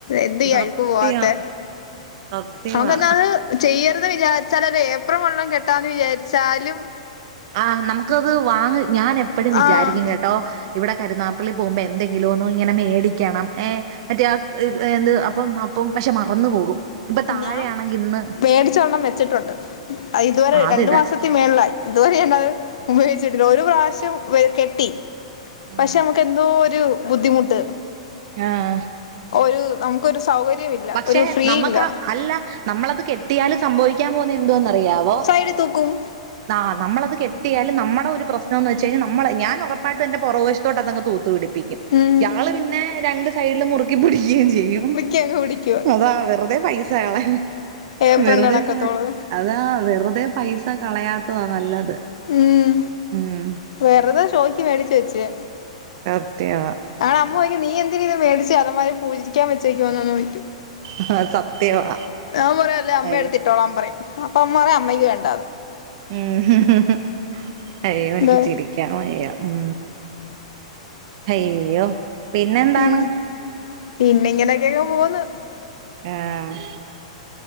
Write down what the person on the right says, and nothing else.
സത്യം
സത്യവാ
ആഹ് നമുക്കത് വാങ്ങ ഞാൻ എപ്പഴും വിചാരിക്കും
കേട്ടോ ഇവിടെ കരുന്നാപ്പള്ളി പോകുമ്പോൾ എന്തെങ്കിലും ഒന്നും ഇങ്ങനെ മേടിക്കണം ഏഹ് മറ്റേ എന്ത് അപ്പം അപ്പം പക്ഷെ മറന്നു പോകും ഇപ്പൊ താഴെയാണെങ്കി
ഇന്ന്
അതിടാൻ
ആഹ്
ആഹ്
പക്ഷെ
നമുക്ക്
ആ അല്ല നമ്മളത് കെട്ടിയാലും സംഭവിക്കാൻ പോന്ന എന്തന്നറിയാവോ?
ആ നമ്മളത് കെട്ടിയാലും നമ്മടെ ഒരു പ്രശ്നംന്ന് വെച്ച് കഴിഞ്ഞാ നമ്മള ഞാൻ ഉറപ്പായിട്ടും എന്റെ പുറകശത്തോട്ട് അങ് തൂത്തു പിടിപ്പിക്കും
ഇയാള് പിന്നെ രണ്ട് സൈഡില് മുറുക്കിപിടിക്കുകയും ചെയ്യും
അതാ വെറുതെ പൈസകളയ
വെറുതെ
അതാ വെറുതെ പൈസ കളയാത്തതാ നല്ലത്
ഉം
സത്യവാ
ആഹ് സത്യവാ
അയ്യോ
ഉം <unintelligible> അയ്യോ എനിക്ക്
ചിരി ക്കാൻവയ്യ ഉം അയ്യോ പിന്നെ എന്താണ്
ആഹ്